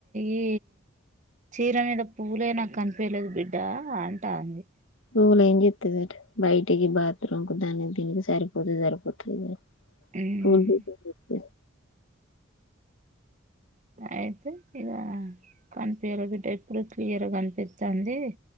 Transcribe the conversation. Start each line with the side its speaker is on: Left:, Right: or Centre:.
Right: ఈ చీర మీద పువ్వులే నాకు కనిపయలేదు బిడ్డ అంటా అంది
Left: పువ్వులు ఏం చేస్తదట బయటికి బాత్రూం కి దానికి దీనికి సరిపోతే సరిపోతగాని
Right: మ్మ్
Left: పువ్వులు <inaudible>
Right: అయితే ఇగ కనిపియ్యలే బిడ్డ ఎప్పుడు క్లియర్ కనిపిస్తాంది